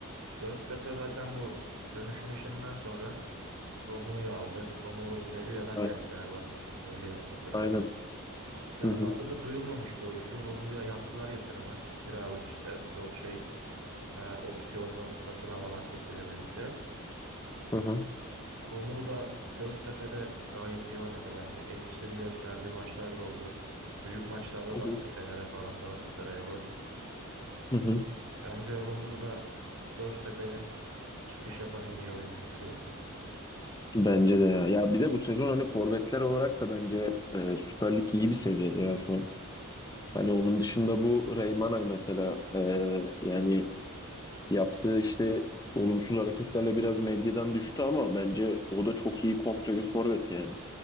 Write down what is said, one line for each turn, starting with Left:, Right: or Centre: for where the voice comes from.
Right: Göztepe zaten bu dönüşüm işinden sonra Romulu'yu aldı. Romulu Brezilya'dan
Left: A-
Right: geldi galiba. Öyle hatırlıyorum.
Left: Aynen.
Right: Ya
Left: Hı hı.
Right: adı da duyulmamış bir oyuncu. Romulu'ya yaptılar yatırımı. Kiralık işte zo- şey ha, opsiyonlu satın alma maddesiyle birlikte.
Left: Hı hı.
Right: Romulu da Göztepe'de gayet iyi oynadı bence. Etkisini gösterdiği maçlar da oldu. Büyük maçlarda
Left: Hı
Right: da
Left: hı.
Right: attı Fener'e falan Galatasaray'a gol.
Left: Hı hı.
Right: Bence Romulu da Göztepe'nin çıkış yapan en iyi oyuncusu diyorum.
Left: Bence de ya. Ya bir de bu sezon hani forvetler olarak da bence e, Süper Lig iyi bir seviyede ya şu an. Hani onun dışında bu Reymana mesela e, yani yaptığı işte olumsuz hareketlerle biraz medyadan düştü ama bence o da çok iyi komple bir forvet yani.